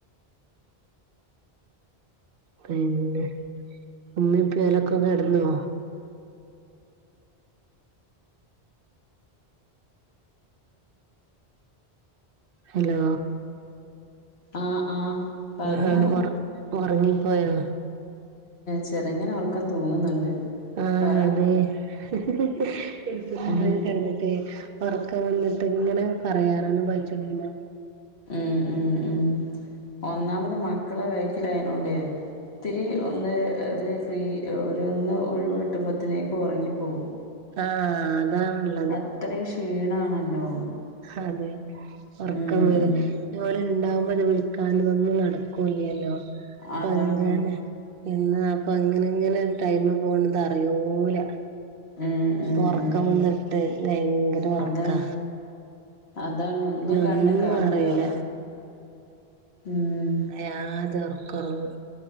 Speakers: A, on the right (about 65°); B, on the left (about 80°).
A: പിന്നെ ഉമ്മിപ്പി ഓലൊക്കെ കെടന്നോ? ഹലോ?
B: ആഹ് ആഹ് പറഞ്ഞോ
A: ആ അ് ഒറ് ഒറങ്ങിപ്പോയോ?
B: ചെറ്ങ്ങനൊർക്കം തൂങ്ങുന്നുണ്ട്.
A: ആഹ്
B: പറ
A: അതെ ഏസി <unintelligible>
B: ഉം
A: കടന്നിട്ടെ. ഒറക്കം വന്നിട്ട് ങ്ങനെ പറയാറൊന്നും പറ്റ്ണില്ല.
B: ഉം ഉം ഉം ഒന്നാമത് മക്കളെ വേക്കിലായതോണ്ടേ ത്തിരി ഒന്ന് ഒരു ഫ്രീ ഒരു ഒന്ന് ഒഴിവ് കിട്ടുമ്പൊത്തിനേക്ക് ഒറങ്ങിപോവും.
A: ആ അതാണ്ല്ലെ.
B: അത്രേം ക്ഷീണാണല്ലോ.
A: അതെ ഒറക്കം
B: ഉം
A: വര
B: ഉം
A: ഞ്ഞ് ഓല്ണ്ടാവുമ്പോ ലെ വിളിക്കാനുതൊന്നും നടക്കൂല്ലല്ലോ അപ്പ
B: അതാണ്
A: അങ്ങനെ പിന്നാ ആപ്പ അങ്ങനങ്ങനെ ടൈമ് പോണത് അറിയൂല.
B: ഉം ഉം
A: ഒറക്കം
B: ഉം
A: വന്നിട്ട് വെയങ്കര ഒറക്കാ.
B: അതാണ് അതാണ് ഒന്നു കണ്ണ്
A: ഒന്നും
B: കാണൂല
A: അറിയില്ല
B: ഒർക്ക് ഉം
A: യാദ്യഒർകൊർങ്ങും.